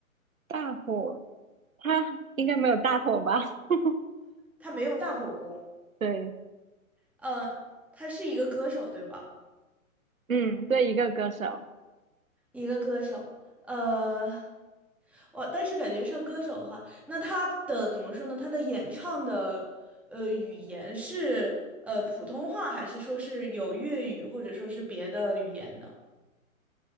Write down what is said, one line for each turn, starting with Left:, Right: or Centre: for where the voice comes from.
Right: 大火，他应该没有大火吧？<laughs>
Centre: 他没有大火过，
Right: 对，
Centre: 呃，他是一个歌手，对吧？
Right: 嗯，对，一个歌手，
Centre: 一个歌手，呃，我但是感觉上歌手的话，那他的怎么说呢？他的演唱的呃语言是呃普通话，还是说是有粤语，或者说是别的语言的？